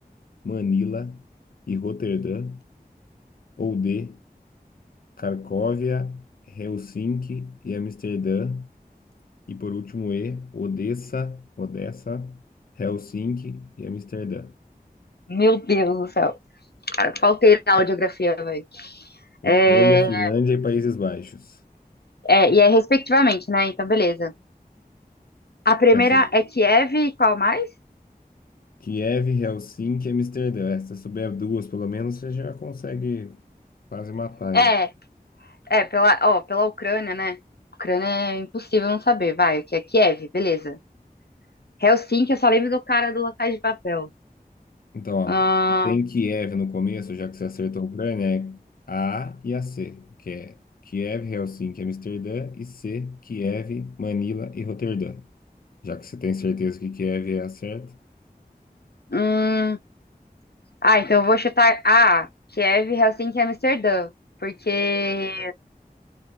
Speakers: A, on the left (about 65°); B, on the left (about 90°).
A: Manila e Roterdã. Ou D. Cracóvia, Helsinki e Amsterdã. E por último, E. Odessa, Odessa, Helsinki e Amsterdã.
B: meu Deus do céu. Cara, faltei na aula de geografia, velho.
A: Ucrânia,
B: É,
A: Finlândia e Países Baixos.
B: é, e é respectivamente, né? Então, beleza. A primeira
A: Essas.
B: é Kiev e qual mais?
A: Kiev, Helsinki e Amsterdã. Essas souber duas, pelo menos, você já consegue Quase matar,
B: É,
A: hein?
B: é pela, ó, pela Ucrânia, né? Ucrânia é impossível não saber. Vai, que é Kiev, beleza. Helsinki, eu só lembro do cara do La Casa de Papel.
A: Então, ó,
B: Ah,
A: tem Kiev no começo, já que você acertou a Ucrânia, é A e a C, que é Kiev, Helsinki, Amsterdã, e C, Kiev, Manila e Roterdã. Já que você tem certeza que Kiev é a certa,
B: hum, ah, então eu vou chutar. Ah, Kiev, Helsinki e Amsterdã. Porque